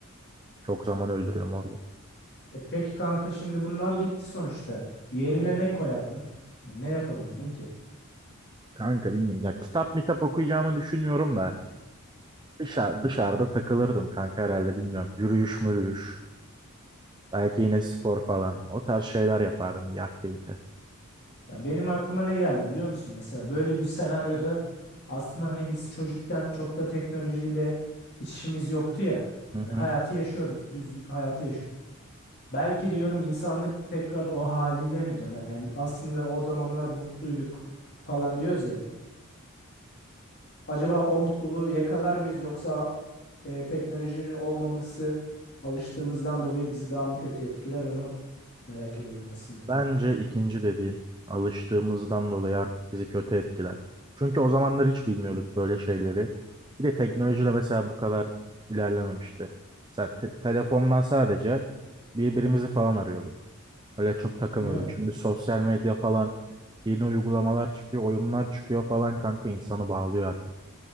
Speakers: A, on the right; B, on the left.
A: Çok zaman öldürüyorum orada.
B: E peki kanka şimdi bunlar gitti sonuçta. Yerine ne koyardın? Ya Ne yapabilirdin ki?
A: Kanka bilmiyorum ya kitap mitap okuyacağımı düşünmüyorum da dışarı, dışarıda takılırdım kanka herhalde bilmiyorum. Yürüyüş mürüyüş. Belki yine spor falan. O tarz şeyler yapardım bir aktivite.
B: Ya benim aklıma ne geldi biliyor musun? Mesela böyle bir senaryoda aslında hani biz çocukken çok da teknolojiyle iç işimiz yoktu ya.
A: Hı
B: Hani
A: hı.
B: hayatı yaşıyorduk. Düz hayatı yaşıyorduk. Belki diyorum insanlık tekrar o haline mi döner? Yani aslında o zamanlar mutluyduk falan diyoruz ya hep. Acaba o mutluluğu yakalar mıyız yoksa e, teknolojinin olmaması alıştığımızdan dolayı bizi daha mı kötü etkiler onu merak ediyorum aslında.
A: Bence ikinci dediğin alıştığımızdan dolayı artık bizi kötü etkiler. Çünkü o zamanlar hiç bilmiyorduk böyle şeyleri. Bir de teknoloji de mesela bu kadar ilerlememişti. Mesela te- telefondan sadece birbirimizi falan arıyorduk. Öyle çok takılmıyorduk.
B: Değil mi?
A: Şimdi sosyal medya falan yeni uygulamalar çıkıyor, oyunlar çıkıyor falan kanka insanı bağlıyor artık.